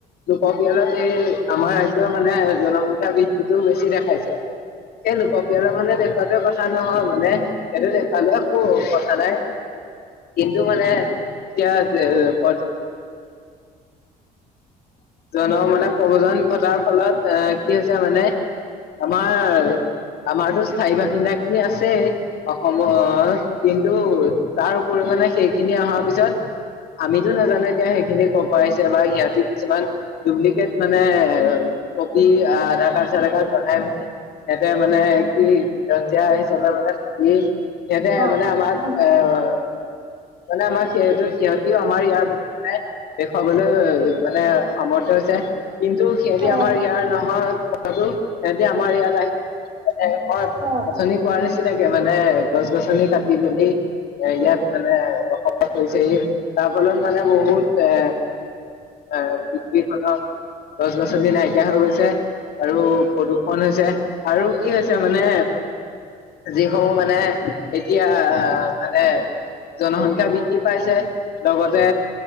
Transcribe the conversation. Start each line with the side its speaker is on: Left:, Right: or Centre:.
Left: লোকপিয়লত এই আমাৰ ৰাজ্যৰ মানে জনসংখ্যা বৃদ্ধি টো বেছি দেখাইছে। সেই লোক পিয়লৰ মানে দেখুৱাতে কথা নহয় মানে সেইটো। সেইটো দেখালেও একো কথা নাই। কিন্তু মানে এতিয়া প <unintelligible> জন মানে প্ৰৱজন ঘটাৰ ফলত এ কি হৈছে মানে আমাৰ আমাৰতো স্থায়ী বাসিন্দাখিনি আছেই অসমত, কিন্তু তাৰ পৰিমাণে সেইখিনি অহাৰ পিছত আমিতো নাজানো এতিয়া সেইখিনি ক পৰা আইছে বা সিহঁতি কিছুমান ডুপ্লিকেট মানে কপি আধাৰ কাৰ্ড চাদাৰ কাৰ্ড বনায় মে সিহঁতে মানে কি খিঞ্জিয়ীয়া হিচাপে মানে থাকি সিহঁতে
Right: হয়,
Left: মানে আমাৰ
Right: হয়,
Left: আহ মানে আমাৰ সিটো সিহঁত ইও আমাৰ ইয়াৰ প্ৰতি মানে দেখুৱাবলৈ মানে সামৰ্থ হৈছে। কিন্তু সিহঁতি
Right: হয়,
Left: আমাৰ ইয়াৰ নহয়টো। সিহঁতি আমাৰ ইয়াত আহ অ
Right: হয়।
Left: অথনি কোৱাৰ নিচিনাকে মানে গছ গছনি কাটি মেলি এ ইয়াত মানে বসবাস কৰিছেহি। তাৰ ফলত মানে বহুত এ আহ পৃথিৱীখনৰ গছ-গছনি নাইকিয়া হৈ গৈছে। আৰু প্ৰদূষণ হৈছে আৰু কি হৈছে মানে যিসমূহ মানে এতিয়া আহ মানে জনসংখ্যা বৃদ্ধি পাইছে। লগতে